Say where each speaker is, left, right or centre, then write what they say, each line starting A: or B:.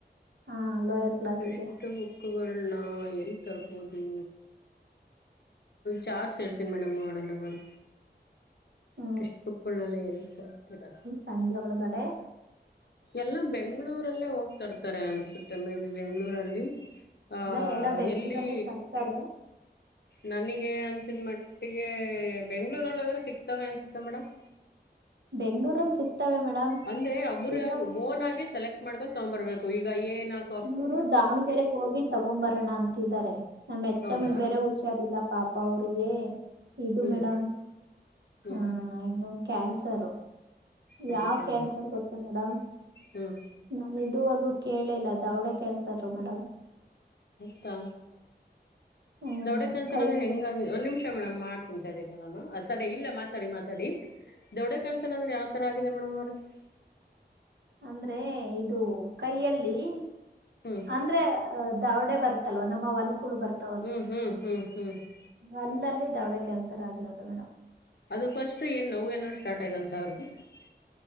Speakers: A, on the right; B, on the left.
A: ಹ ಲೋಯರ್ ಕ್ಲಾಸಿಗೆ
B: ಎಟೆಸ್ಟ್ ಬುಕ್ಗಳನ್ನ ಎಲ್ಲಿ ತರ್ಬೋದು ಚಾರ್ಜ್ ಳ್ಸೀನಿ ಮೇಡಮ್ ನೋಡೋಣ ನಾನು
A: ಹ್ಞೂ
B: ಟ್ರೆಸ್ಟ್ ಬುಕ್ಗಳನೆಲ್ಲ ಎಸ ಆಗ್ತೀರಾ
A: ಸಂಜ ಅವಳ ಕಡೆ
B: ಎಲ್ಲ ಬೆಂಗ್ಗಳೂರಲ್ಲೇ ಹೋಗ್ತರ್ತಾರೆ ಅನ್ಸುತ್ತೆ ಮೇ ಬಿ ಬೆಂಗ್ಳೂರಲ್ಲಿ ಆ
A: ಅಲ್ಲ ಎಲ್ಲ ಬೆಂಗಳೂರಲ್ಲೇ
B: ಎಲ್ಲಿ
A: ತರ್ತಾರೆ
B: ನನಗೆ ಅನ್ ಸಿದ ಮಟ್ಟಿಗೆ ಬೆಂಗ್ಳೂರಲ್ಲಿೋದ್ರೆ ಸಿಗ್ತವೆೆ ಅನಿಸುತ್ತೆ ಮೇಡಮ್
A: ಬೆಂಗಳೂರಲ್ಲಿ ಸಿಕ್ತವೆ ಮೇಡಮ್ <unintelligible>
B: ಅಂದ್ರೆ ಒಬ್ಬ್ರಗ
A: ಈಗ
B: ಬೋನ್ ಆಗಿ ಸೆಲೆಕ್ಟ್ ಮಾಡ್ಕ್ ತಗೊಂಡ್ ಬರ್ಬೇಕು ಈಗ ಏನ್ <unintelligible>
A: ಇವರು ದಾವಣಗೆರೆಗೆ ಹೋಗಿ ತಗೊಡು ಬರೋಣ ಅಂತಿದ್ದಾರೆ ನಮ್ಮ್ ಹೆಚ್ಚಮ್ಮಗ್
B: ಹೌದಾ
A: ಬೇರೆ ಹುಷ <unintelligible> ಹುಷಾರಿಲ್ಲ ಪಾಪ ಅವ್ರಿಗೆ ಇದು
B: ಹ್ಮ್
A: ಮೇಡಮ್
B: ಹ್ಮ್
A: ಹ ನು <unintelligible> ಕ್ಯಾನ್ಸರ್
B: ಹೌದಾ
A: ಯಾವ ಕ್ಯಾನ್ಸರ್ ಗೊತ್ತಾ ಮೇಡಮ್ <unintelligible>
B: ಹ್ಮ್
A: ನಾನ ಇದುವರೆಗೂ ಕೇಳಿಲ್ಲ ದೌಡ ಕ್ಯಾನ್ಸರ್ ಮೇಡಮ್ <unintelligible>
B: ಹತ್ತಾ
A: ಹ್ಮ್
B: ದೌಡ ಕೆಲ್ಸರ
A: ಕೈಯಲ್ಲಿ
B: ಅಂದ್ರೆ ಹೆಂಗಗ <unintelligible> ಒಂದ್ ನಿಮಿಷ ಮೇಡಮ್ ಮಾಡ್ತೀನಿಂತ ಹೇಳಿದಿ ನಾನು ಆ ತಡೆ ಇಲ್ಲ ಮಾತಾಡಿ ಮಾತಾಡಿ <unintelligible> ದೌಡೆ ಕೆನ್ಸಲ್ ಅಂದೆ ಯಾವ ರ ಆಗಿದೆ ಮೇಡಮ್ ಅವ್ರಿಗೆ <unintelligible>
A: ಅಂದ್ರೆ ಇದು ಕೈಯಲ್ಲಿ <unintelligible>
B: ಹ್ಮ್ <unintelligible>
A: ಅಂದ್ರೆ ದೌಡೆ ಬರ್ತಲ್ವ ನಮ್ಮ ಒಲ್ಕಳ ಬರ್ತ <unintelligible>
B: ಹ್ಮ್ ಹ್ಮ್ ಹ್ಮ್ ಹ್ಮ್ <unintelligible>
A: ಅಲ್ಲಲ್ಲಿ ದೌಡೆ ಕ್ಯಾನ್ಸರ್ ಆಗಿರದು ಮೇಡಮ್ <unintelligible>
B: ಅದು ಫಸ್ಟ್ ಏನ್ ನೋ ಏನೋ ಸ್ಟಾರ್ಟ್ ಆಯತಂತ ಅವ್ರಿಗೆ <unintelligible>